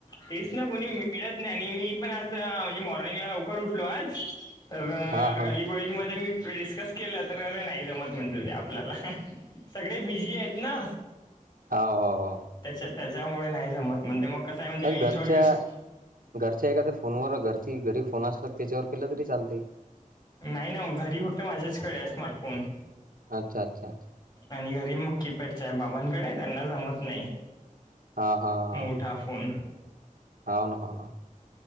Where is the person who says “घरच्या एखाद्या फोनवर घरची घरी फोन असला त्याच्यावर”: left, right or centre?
Right